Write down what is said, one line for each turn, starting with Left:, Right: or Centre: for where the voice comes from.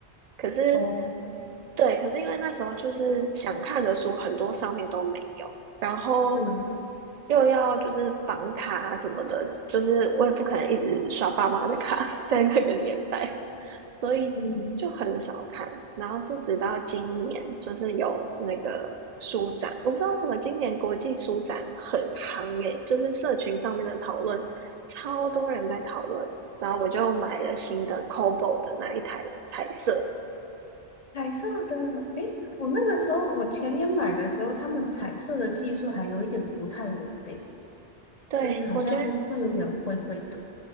Right: 可是，
Left: 哦，
Right: 对，可是因为那时候就是想看的书很多上面都没有，然后
Left: 嗯
Right: 又要就是绑卡啊什么的，就是我也不可能一直刷爸妈的卡，<laughs> 在那个年代，所以就很少看。
Left: 嗯，
Right: 然后是直到今年，就是有那个书展，我不知道为什么今年国际书展很夯诶，就是社群上面的讨论，超多人在讨论。然后我就买了新的 c o b o 的那一台彩色
Left: 彩色的。诶，我那个时候我前年买的时候，他们彩色的技术还有一点不太稳定，
Right: 对，
Left: 就是好像会有点灰灰的。
Right: 我觉得